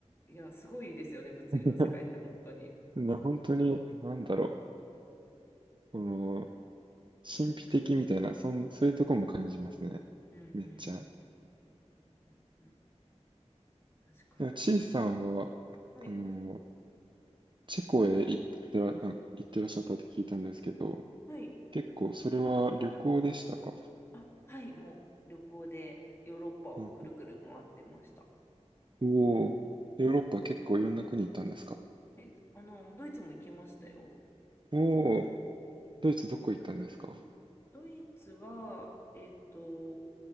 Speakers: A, on the left (about 20°); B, on the right (about 45°).
A: いやすごいですよね物理の世界って本当に
B: <laughs> な、本当に、なんだろう。この、神秘的みたいな、そん、そういうとこも感じますね。
A: うんうんうんうんうん
B: めっちゃ。
A: うんうん確かに
B: でもチーさんは、
A: はい
B: あの、チェコへ行ってら、な行ってらっしゃったって聞いたんですけど、
A: はい
B: 結構それは旅行でしたか
A: あはいもう旅行でヨーロッパをくるくる回ってました
B: うんうんおおー、ヨーロッパ結構いろんな国行ったんですか
A: うんはいあのドイツも行きましたよ
B: おおー、ドイツどこ行ったんですか
A: ドイツはえっと